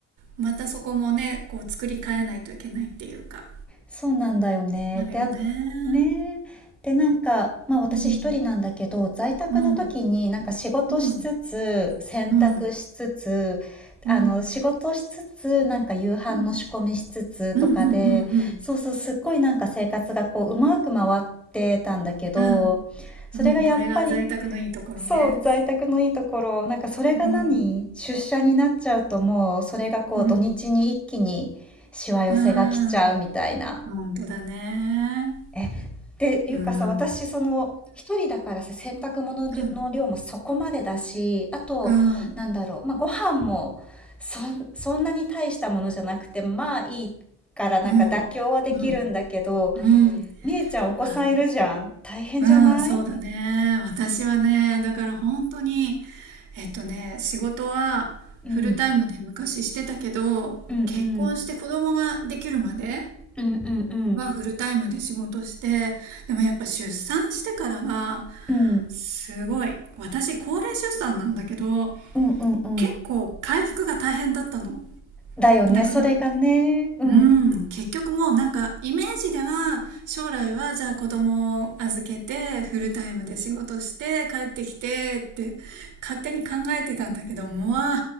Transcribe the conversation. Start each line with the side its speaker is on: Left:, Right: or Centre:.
Right: またそこもね、こう作り変えないといけないっていうか、
Centre: そうなんだよね。
Right: あるよね。
Centre: で、あ、ねえ。で、なんか、まあ私一人なんだけど、
Right: うん、
Centre: 在宅の時になんか仕事しつつ、
Right: うん、うん、
Centre: 洗濯しつつ、
Right: うん、
Centre: あの、
Right: うん、うん、
Centre: 仕事しつつ、なんか夕飯の仕込みしつつとかで、
Right: うん、うん、うん、うん、
Centre: そうそう、すっごいなんか生活がこう、うまく回ってたんだけど、
Right: うん、
Centre: それがやっぱり、
Right: うんこれが在宅のいいところね。
Centre: そう、在宅のいいところ、なんかそれが何出社になっちゃうともう、
Right: うん、
Centre: それがこう、
Right: うん、
Centre: 土日に一気にしわ寄せが来ちゃうみたいな。
Right: うん。本当だね。
Centre: え、っていうかさ、
Right: うん。うん。
Centre: 私、その、一人だからさ、洗濯物の量もそこまでだし、
Right: うん。
Centre: あと、
Right: うん。
Centre: なんだろう、まあ、ご飯もそん、そんなに大したものじゃなくて、まあいいから、なんか妥協はできるんだけど、
Right: うん。うん。うん。
Centre: みえちゃん、お子さんいるじゃん。
Right: あ、
Centre: 大変じゃない
Right: うん、そうだね。私はね、だから本当に、えっとね、仕事はフルタイムで昔してたけど、
Centre: うん、うん、
Right: 結婚して子供ができるまで
Centre: うん、うん、うん、うん、
Right: はフルタイムで仕事して、でもやっぱ出産してからが、
Centre: うん、
Right: すごい。私、高齢出産なんだけど、
Centre: うん、うん、うん
Right: 結構回復が大変だったの。
Centre: だよね、
Right: だから、
Centre: それがね。うん、
Right: うん、結局もうなんかイメージでは将来はじゃあ子供を預けてフルタイムで仕事して帰ってきてって勝手に考えてたんだけどもう